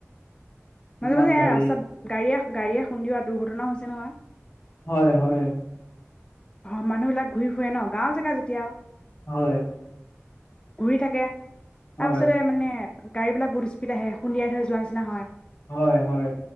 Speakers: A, on the left; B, on the left.
A: মাজে
B: ইমান
A: মাজে এয়া
B: গাড়ী
A: ৰাস্তাত গাড়ীয়ে? গাড়ীয়ে খুন্দিয়াটো দুৰ্ঘটনা হৈছে নহয়।
B: হয় হয়
A: অ মানুহ বিলাক ঘূৰি ফুৰে ন গাঁওৰ জেগা যেতিয়া।
B: হয়।
A: ঘূৰি থাকে। তাৰ
B: হয়
A: পিছতে মানে গাড়ীবিলাক বহুত স্পীড আহে খুন্দিয়াই থৈ যোৱা নিচিনা হয়।
B: হয় হয়।